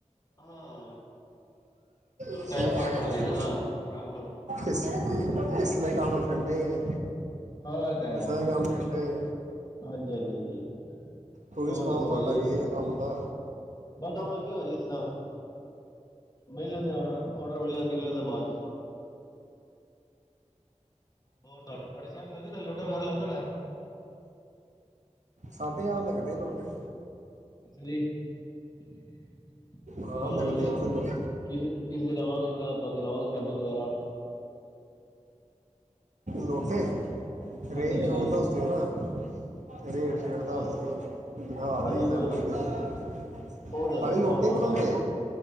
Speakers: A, on the left (about 30°); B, on the right (about 80°).
A: ਹਾਂ।
B: ਇਸ
A: ਟਾਈਮ
B: ਲਈ
A: ਪਾਸ
B: ਕੰਮ
A: ਹੋਣਾ ਚਾਹੀਦਾ ਨਾ ਆਰਾਮ ਨਾਲ।
B: ਇਸ- ਇਸ ਲਈ ਕੰਮ ਠੰਡੇ ਨੇ,
A: ਹਾਂ ਇਹ ਤਾਂ ਹੈ
B: ਇਸ ਲਈ ਕੰਮ ਠੰਡੇ ਜ
A: ਹਾਂਜੀ- ਹਾਂਜੀ -ਹਾਂਜੀ,
B: ਤੁਸੀਂ
A: ਹੋਰ
B: ਸੁਣਾਓ
A: ਦੱਸੋ
B: ਤੁਹਾਡਾ
A: ਭਾਜੀ।
B: ਕੀ ਹੈ ਕੰਮ ਦਾ
A: ਬਹੁ ਕੰਮ ਲੱਗੇ ਵਾ ਜੀ ਸਿੱਦਾਂ ਮਿਲ ਲੈਂਦੇ ਡ ਔਡਰ ਮਿਲ ਲ ਨਿਕਲ ਜਾਂਦੇ ਮਾਲ। ਹੋ ਤੁਹਾਡੇ ਸ਼ਹਿਰ ਲੱਗਦੇ ਲੋਟੇ ਮਾਲ ਲੱਗਦਾ ਹੋਣਾ।
B: ਸਾਢੇ ਆ ਲੱਗਦੇ ਆ ਲੋਟੇ।
A: ਰੇ ਚਲੋ
B: ਹਾਂ ਲੱਗਦੇ
A: ਕੋਈ ਨੀ,
B: ਆ ਚਲੋ
A: ਕਿਸੇ- ਕਿਸੇ ਦਿਨ ਆਵਾਂਗੇ ਪਹਿਲ ਤੁਹਾਨੂੰ ਦਿਖਾਵਾਂਗੇ ਸੈਂਪਲ ਵਗੈਰਾ।
B: ਲੋਟੇ। ਰੇ
A: ਹਾਂਜੀ ਹਾਂਜੀ
B: ਉਹ ਦੱਸ ਦਿਓ ਨਾ ਰੇਟ। ਰੇਟ
A: ਹਾਂ
B: ਦੱਸ, ਉਹ ਦਿਖਾ
A: ਹਾਂਜੀ
B: ਦੇ ਸੈਂਪਲ
A: ਕੋਈ ਨੀ ਕੋਈ
B: ਭੇਜ
A: ਨੀ ਉਹ ਤਾਂ
B: ਖਾਲੀ
A: ਹੈ ਹੈ
B: ਲੋੋਟੇ
A: ਹੋਰ ਸੁਣਾਓ
B: ਹੀ ਬਣਾਉਦੇ।
A: ਭਾਜੀ